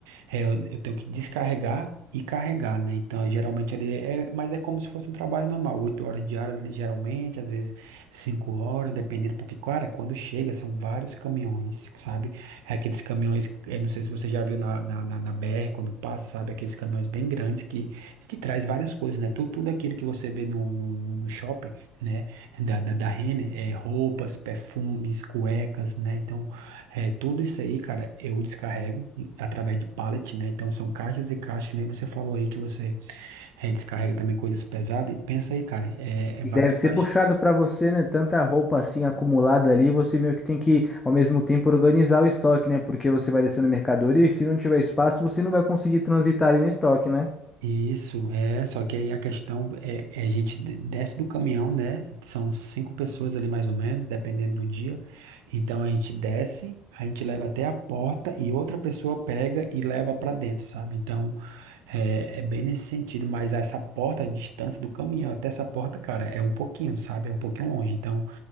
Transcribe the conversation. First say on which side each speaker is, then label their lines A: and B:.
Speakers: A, on the right (about 80°); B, on the left (about 20°).
A: é, eu, eu tenho que descarregar e carregar, né? Então geralmente ali é, mas é como se fosse um trabalho normal, oito horas diárias ali geralmente, às vezes cinco horas, dependendo, porque, cara, quando chega são vários caminhões, sabe? É aqueles caminhões, eu não sei se você já viu na, na, na, na BR quando passa, sabe? Aqueles caminhões bem grandes que, que traz várias coisas, né? Tudo, tudo aquilo que você vê no, no, no no shopping, né? da, da, da Renner, é, roupas, perfumes, cuecas, né? Então, é, tudo isso aí, cara, eu descarrego e- através de pallet, né? Então, são caixas e caixas, que nem você falou aí que você é, descarrega também coisas pesadas. E pensa aí, cara, é, é
B: E
A: várias
B: deve
A: caixas.
B: ser puxado para você, né? Tanta roupa assim acumulada ali, você meio que tem que, ao mesmo tempo, organizar o estoque, né? Porque você vai descendo mercadoria e se não tiver espaço, você não vai conseguir transitar ali no estoque, né?
A: Isso, é, só que aí a questão é, é a gente de- desce do caminhão, né? São cinco pessoas ali mais ou menos, dependendo do dia. Então a gente desce, a gente leva até a porta e outra pessoa pega e leva para dentro, sabe? Então é, é bem nesse sentido, mas essa porta, a distância do caminhão até essa porta, cara, é um pouquinho, sabe? É um pouquinho longe. Então